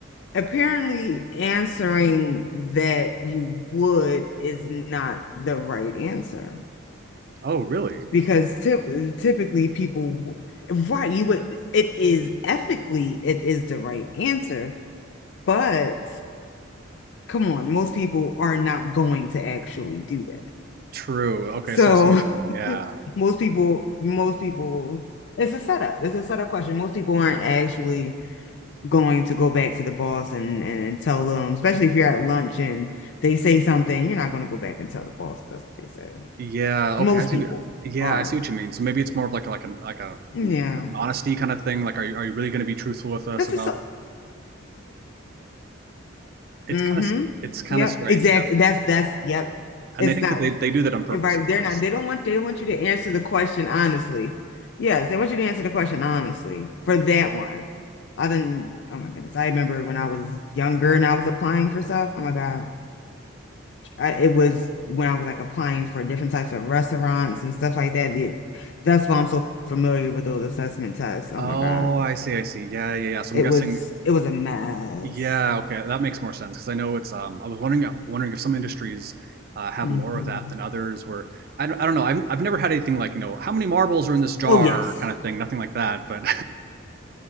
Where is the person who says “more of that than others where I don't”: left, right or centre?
Right